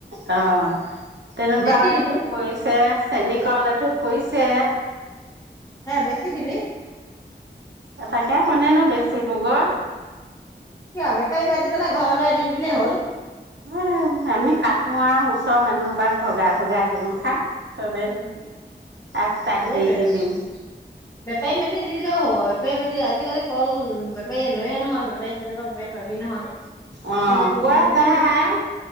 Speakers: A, on the right; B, on the left.
A: অ তেনেকুৱাও
B: বেছি দিবি
A: এথ পৰিছে। চেনী কল এঠোপ পৰিছে।
B: হে বেছি দিবি।
A: তাকে কোনে নো বেচিবগৈ
B: কি বেপাৰী মাতি পেলাই ঘৰলৈ দি দিলেই হ'ল।
A: এ আমি কটো আৰু ওচৰৰ মানুহৰ পৰাাক ভগাই ভগাই দিও খা। চবে
B: উ
A: আগ তাক
B: সেইটে
A: দি দি
B: বেপাৰী
A: দিওঁ
B: মাতি দিলেও হ'ব বেপাৰী মাতি আজিকালি কল বেপাৰী লৈয়ে নহয় বেপাৰী তেনেকুৱা বেপাৰী পাবি নহয়। বেপাৰী
A: অ
B: মাতি
A: পুৱোৱা
B: দিলে
A: যায়
B: থোক